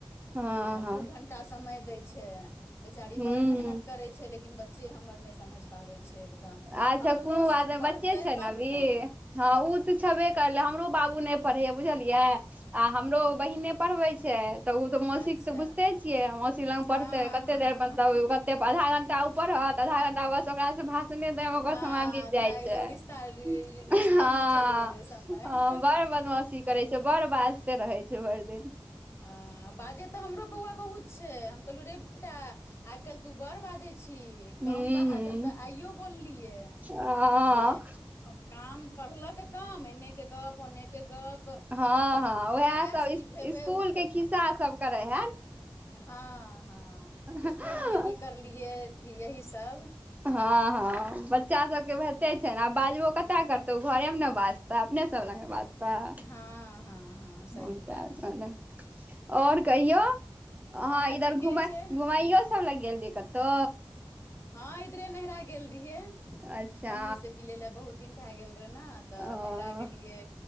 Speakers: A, on the right (about 20°); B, on the left (about 35°).
A: हँ
B: आ
A: हँ
B: दू घंटा समय दै छै बेचारी
A: हूं
B: बड़ मेहनत
A: हूं
B: करैत छै लेकिन बच्चे हमर नहि समझ पाबै छै एकदम
A: अच्छा
B: अपनो
A: कोनो बात
B: से
A: नहि
B: पढ़तै
A: बच्चे छै
B: तब
A: अभी
B: ने
A: हँ ऊ तऽ छेबे करलै हमरो बाबू नहि पढ़ैए या बुझलियै आ हमरो बहिने पढ़बै छै तऽ ओ तऽ मौसीक
B: अच्छा
A: तऽ बुझते छियै मौसी लग
B: हँ
A: पढ़तै कते
B: हँ
A: देर मतलब
B: हँ
A: कते आधा घंटा उ पढ़त आधा घंटा बस ओकरा से भा भासने देब में ओकर
B: भए
A: समय बीत जाइ
B: गेलै
A: छै।
B: ओ रिश्ता रिश्ते
A: ह ह
B: मे चलि गेलै समय
A: बर बड़ बदमाशी करै छै बड़ बाजते रहै छै भैर दिन
B: अ बाजे तऽ हमरो बौआ बहुत छै हम कहलु रे बेटा आइ काइल तू बड़ बाजै छी
A: हूँ
B: कम बाज
A: हूँ
B: हम तऽ आइयो बोललियै
A: हँ
B: जे काम पढ़लक कम नहि के गप्प फोने के गप
A: हँ
B: आ
A: हँ
B: फरमाइश
A: उएह सब
B: ई खेबै
A: स्कूल
B: उ
A: के खिस्सा सब करे हन
B: हँ हँ इसकुल
A: है
B: मे की करलियै यही सब।
A: हँ हँ बच्चा सबके भेटे छै ने आ बाजबो कते करतौ ओ घरेमे ने बाजतै अपने हमरे सब लग बाजता
B: हँ हँ हँ सही
A: <unintelligible>
B: बात छै
A: और कहियो अहाँ
B: हँ
A: इधर
B: ठीके
A: घुमे
B: छै
A: घुमइयो सब लग गेल रहियै कतौ?
B: हँ इधरे नैहरा गेल रहिये,
A: अच्छा
B: मम्मी से मिले ले बहुत दिन भए गेल रहे ना। तऽ
A: ओ
B: नैहरा गेलिये